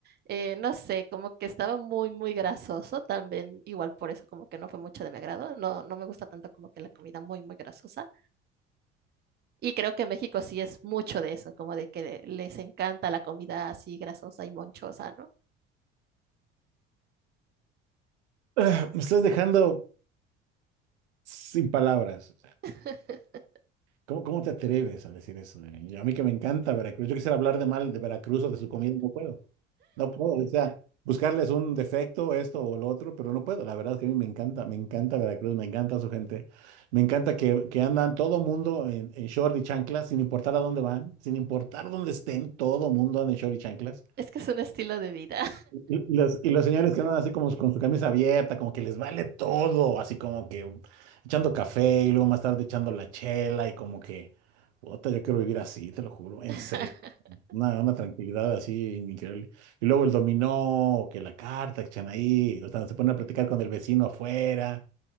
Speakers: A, on the right (about 30°); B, on the right (about 70°).
A: eh, no sé, como que estaba muy, muy grasoso, también igual por eso como que no fue mucho de mi agrado, no, no me gusta tanto como que la comida muy, muy grasosa. Y creo que México sí es mucho de eso, como de que le- les encanta la comida así grasosa y monchosa, ¿no?
B: Ah, me estás dejando sin palabras.
A: <laughs>
B: ¿Cómo, cómo te atreves a decir eso? eh? A mí que me encanta Veracruz. Yo quisiera hablar de mal de Veracruz o de su comida, no puedo. No puedo, o sea, buscarles un defecto, esto o lo otro, pero no puedo. La verdad es que a mí me encanta, me encanta Veracruz, me encanta su gente. Me encanta que, que andan todo mundo en, en short y chanclas, sin importar a dónde van, sin importar dónde estén, todo mundo anda en short y chanclas.
A: Es que es un estilo de vida.
B: Y los, y los señores que andan así como con su camisa abierta, como que les vale todo, así como que echando café y luego más tarde echando la chela y como que, puta, yo quiero vivir así, te lo juro, en
A: <laughs>
B: serio, una, una tranquilidad así increíble. Y luego el dominó, o que la carta que echan ahí, o sea, se ponen a platicar con el vecino afuera.